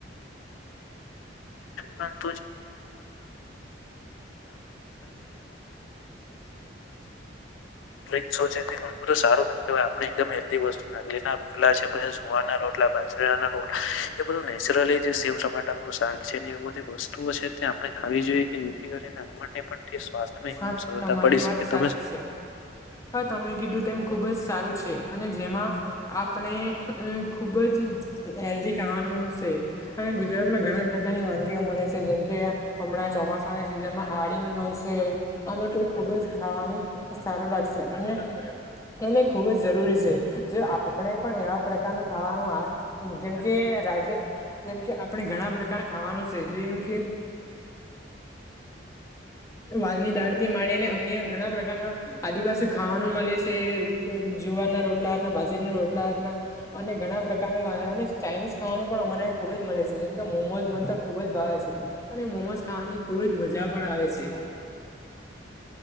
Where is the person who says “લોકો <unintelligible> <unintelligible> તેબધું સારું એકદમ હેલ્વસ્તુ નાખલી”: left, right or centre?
Left